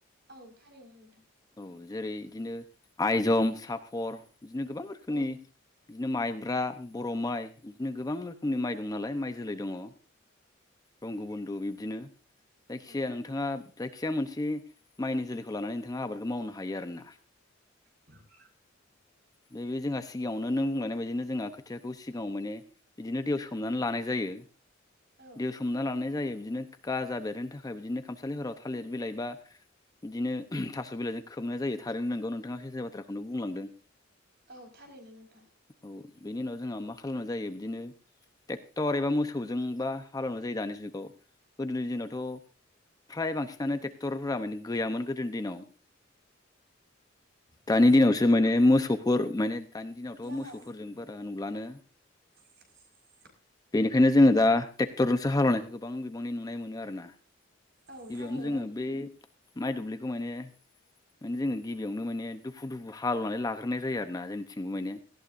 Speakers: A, on the right (about 55°); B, on the left (about 20°).
A: औ थारैनो नोंथां
B: औ जेरै बिदिनो आइजम सापर बिदिनो गोबां रोखोमनि
A: औ
B: बिदिनो माइब्रा बर' माइ बिदिनो गोबां रोखोमनि माइ दं नालाय माइ जोलै दङ रंग बन्ध' बिब्दिनो जायखिजाया
A: औ
B: नोंथाङा जायखिजाया मोनसे माइनि जोलैखौ लानानै नोंथाङा आबादखौ मावनो हायो आरो ना
A: औ <inaudible>
B: बे बे जोंहा सिगाङावनो नों बुंलायनाय बायदिनो जोंहा खोथियाखौ सि सिगाङाव माने बिदिनो दैेआव सोमनानै लानाय जायो
A: औ
B: दैेआव सोमना लानाय जायो बिदिनो गाजा बेरनो थाखाय बिदिनो खामसालिफोराव थालिर बिलाइ बा बिदिनो थास' बिलाइजों खोबनाय जायो थारैनो नोंगौ नोंथाङा सैथो बाथ्राखौनो बुंलांदों
A: औ थारैनो नोंथां
B: औ बेनि उनाव जोंहा मा खालामनाय जायो बिदिनो ट्रेक्टर एबा मोसौजों बा हालेवनाय जायो दानि जुगाव गोदोनि दिनावथ' फ्राय बांसिनानो ट्रेक्ट टरफ्रा माने गैयामोन गोदोनि दिनाव
A: दे
B: दानि दिनावसो माने मोसौ फोर माने दानि दिनावथ'
A: लामा
B: मोसौफोरजों बारा नुलानो
A: <inaudible>
B: बेनिखायनो जोङो दा ट्रेक्टरजोंसो हालेवनायखौ गोबां बिबांनि नुनाय मोनो आरोना
A: औ
B: गिबियावनो
A: थारैनो
B: जोङो बे माइ दुब्लिखौ माने माने जोङो गिबियावनो माने दुफु दुफु हालेवनानै लाग्रोनाय जायो आरो ना जोंनिथिंबो माने